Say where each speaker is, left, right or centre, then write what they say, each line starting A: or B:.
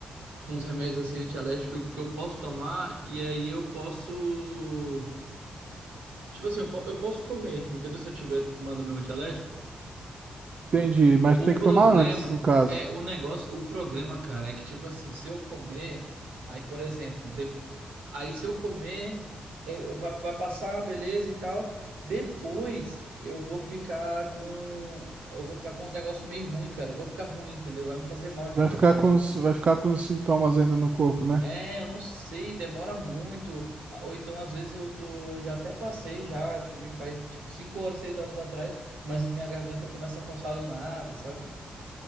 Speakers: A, on the right; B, on the right.
A: Uns remédios assim antialérgicos que eu posso tomar e aí eu posso. Tipo assim, eu, po- eu posso comer, entendeu? Se eu tiver tomando meu antialérgico.
B: Entendi, mas
A: O
B: tem
A: problema
B: que tomar antes, no caso.
A: é o negócio, o problema, cara, é que tipo assim, se eu comer, aí por exemplo, de- aí se eu comer, eu- vai, vai passar, beleza e tal. Depois eu vou ficar com, eu vou ficar com uns negócios meio ruim, cara. Eu vou ficar ruim, entendeu? Vai me fazer mal de
B: Vai
A: qualquer
B: ficar
A: forma.
B: com, os- vai ficar com os sintomas ainda no corpo, né?
A: É, eu não sei, demora muito. Ah, Ou então, às vezes, eu tô. Já até passei, já comi faz tipo 5 horas, 6 horas atrás, mas minha garganta começa a coçar do nada, sabe?